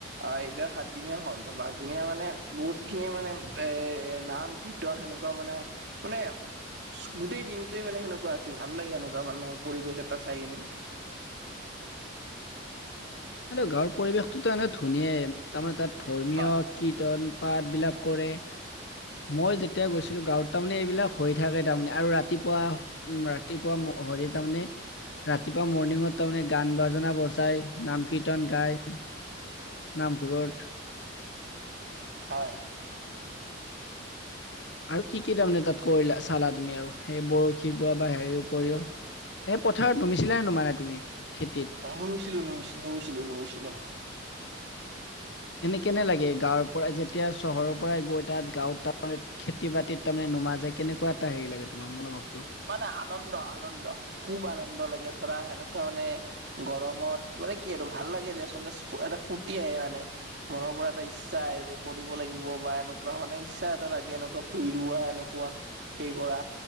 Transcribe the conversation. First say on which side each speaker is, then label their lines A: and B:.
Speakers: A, on the right; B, on the left.
A: আহ এইবাৰ সাত দিনীয়া হ'ল ত পাঁচদিনীয়া মানে বহুত খিনিয়ে মানে এ নাম কীৰ্তন সেনেকুৱা মানে মানে গোটেই দিনটোৱে মানে সেনেকুৱা আছিল ভাল লাগে সেনেকুৱা মানে পৰিৱেশ এটা চাই কিনে
B: এই গাঁৱৰ পৰিৱেশটেতো এনে ধুনীয়াই তাৰমানে তাত ধৰ্মীয়
A: হয়
B: কি কীৰ্তন পাতবিলাক কৰে। মই যেতিয়া গৈছিলোঁ গাঁৱত তামানে এইবিলাক হৈ থাকে তামানে আৰু ৰা তিপুৱা উম ৰাতিপুৱা ম, হৰি তামানে ৰাতিপুৱা মৰ্ণিঙত তামানে গান বাজানা বজাই, নাম কীৰ্তন গাই। নামঘৰত।
A: হয়।
B: আৰু কি কি তামানে তাত কইলা, চালা তুমি আৰু সেই বৰশী পোৱা বা হেৰিৰ উপৰিও। এ পথাৰত নুমিছিলা, নোমাৰা তুমি, খেতিত।
A: অ' নুমিছিলো, নুমিছি, নুমিছিলো, নুমিছিলো।
B: এনে কেনে লাগে গাঁৱৰ পৰা যেতিয়া চহৰৰ পৰাই গৈ তাত গাঁৱত <unintelligible> খেতি বাতিত তামানে নুমা যায় কেনেকুৱা এটা হেৰি লাগে তোমাৰ মনোভাৱটো।
A: মানে আনন্দ, আনন্দ, খুব আনন্দ লাগে ধৰা হেনেকুৱা মানে গৰমত মানে কি আৰু ভাল লাগে দেচোন এটাচ ফু, এটা ফুৰ্তি আহে মানে। মনৰ পৰা এটা ইচ্ছা আহে যে কৰিব লাগিব বা এনেকুৱা মানে ইচ্ছা এটা থাকে এনেকুৱা ফুই লোৱা এনেকুৱা। হেই কৰা।